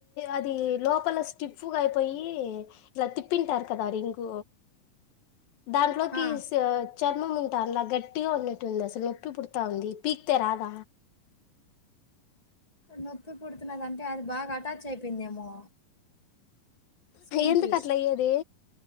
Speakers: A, on the left; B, on the left.
A: అది లోపల స్టిఫ్ గా అయిపోయి ఇట్లా తిప్పింటారు కదా రింగ్ దాంట్లోకి
B: ఆ
A: స్ చర్మం ఉంటాండ్ల గట్టిగా ఉన్నట్టుంది అసలు నొప్పి పుడతాంది పీక్తే రాల
B: నొప్పి పుడుతున్నదంటే అది బాగా అటాచ్ అయిపోయిందేమో స్కిన్కి
A: ఎందుకట్ల అయ్యేది.